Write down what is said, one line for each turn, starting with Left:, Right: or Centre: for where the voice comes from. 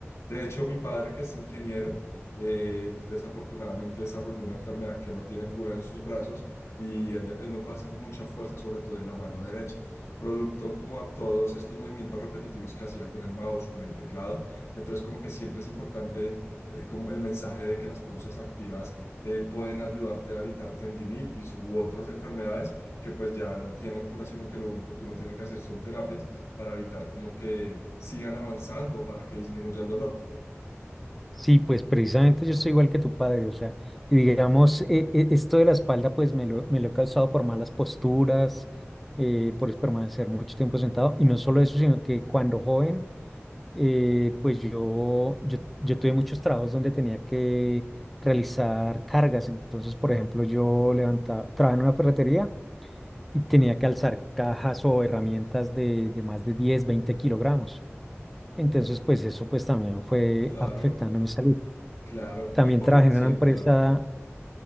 Left: De hecho, mi padre, que es ingeniero, eh, él desafortunadamente desarrolló una enfermedad que no tiene cura en sus brazos y él, ya- él no puede hacer mucha fuerza, sobre todo en la mano derecha, producto como a todos estos movimientos repetitivos que hacía con el mouse, con el teclado. Entonces, como que siempre es importante eh, como el mensaje de que las pausas activas eh, pueden ayudarte a evitar tendinitis u otras enfermedades que pues ya no tienen cura, sino que lo único que uno tiene que hacer son terapias para evitar como que sigan avanzando, para que disminuya el dolor.
Centre: Sí, pues precisamente yo soy igual que tu padre, o sea, y digamos, eh, eh, esto de la espalda pues me lo, me lo he causado por malas posturas, eh, por permanecer mucho tiempo sentado, y no solo eso, sino que cuando joven, eh, pues yo, yo, yo tuve muchos trabajos donde tenía que realizar cargas, entonces, por ejemplo, yo levantaba, trabajaba en una ferretería y tenía que alzar cajas o herramientas de, de más de 10, 20 kilogramos, entonces, pues eso pues también fue
Left: Claro,
Centre: afectando mi salud.
Left: claro.
Centre: También
Left: Y por,
Centre: trabajé en
Left: sí,
Centre: una empresa,
Left: claro,